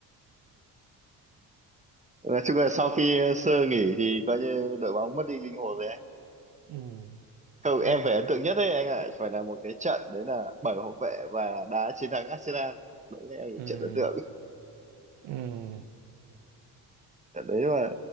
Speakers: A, on the right; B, on the right.
A: nói chung là sau khi ờ, sơ nghỉ thì coi như đội bóng mất đi linh hồn rồi anh
B: ừ,
A: câu
B: đúng
A: em
B: rồi
A: phải ấn tượng nhất đấy anh ạ phải là một cái trận đấy là bảy hậu vệ và đá chiến thắng Arsenal đấy là
B: ừ,
A: trận ấn tượng
B: ừ,
A: trận đấy là